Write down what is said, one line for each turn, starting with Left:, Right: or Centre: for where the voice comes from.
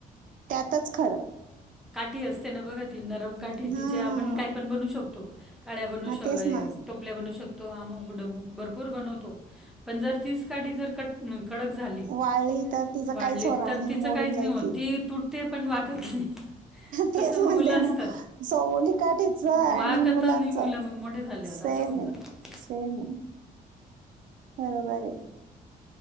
Right: त्यातच खरं
Centre: ती असते ना बघा ती नरम काठीे
Right: हा
Centre: तिचे आपण कायपण बनवू शकतो. काड्या बनवू
Right: हा
Centre: शकतो,
Right: तेच ना
Centre: टोपल्या बनवू शकतो. तो अममुकडमक भरपूर बनवतो, पण जर तीस काडी जर कट कडक झाली
Right: वाळली तर तिचं
Centre: वाढली
Right: काहीच होणार
Centre: तर
Right: नाही,
Centre: तिचं
Right: मोडून
Centre: काहीच
Right: जाईल
Centre: नाही होत
Right: ती.
Centre: तुटते पण वाकत नाही.
Right: तेच
Centre: तसं
Right: म्हणते
Centre: मुलं असतात
Right: ना, सवली काठीच आणि
Centre: वाकतच
Right: मुलांच
Centre: नाही मुलं मग मोठे झाल्यावर
Right: सेम
Centre: असं होऊन
Right: आहे.
Centre: जातं
Right: सेम आहे, बरोबर आहे.